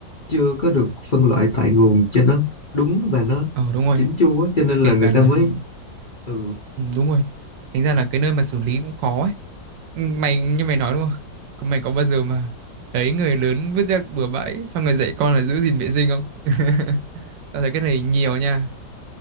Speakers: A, on the left (about 45°); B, on the right (about 80°).
A: chưa có được phân loại tại nguồn cho nó đúng và nó
B: ờ đúng rồi
A: chỉnh chu á cho nên
B: kể
A: là
B: cả
A: người
B: là
A: ta mới ừ,
B: ừ, đúng rồi thành ra là cái nơi mà xử lý cũng khó ấy Ừ, mày như mày nói đúng không Có- mày có bao giờ mà thấy người lớn vứt rác bừa bãi xong rồi dạy con là giữ gìn vệ sinh không <laughs> tao thấy cái này nhiều nha